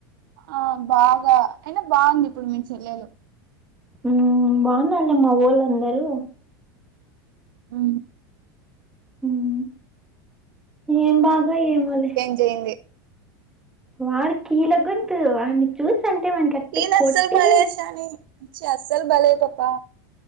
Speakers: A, on the right; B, in the centre.
A: ఆ బాగా అయినా బాగుంది ఇప్పుడు మీ చెల్లెలు
B: ఉమ్ బాగున్నారూల్ మావోళ్ళందరూ
A: ఉమ్
B: ఉమ్ ఏం బాగో ఏమోలే
A: జయంది
B: వాడి కీల్ంతు వాడిని చూస అంటే మనకి అట్టే
A: ఈనస్సలు
B: కొట్టి
A: బాలేశానిచ్చ అస్సలు బలే పప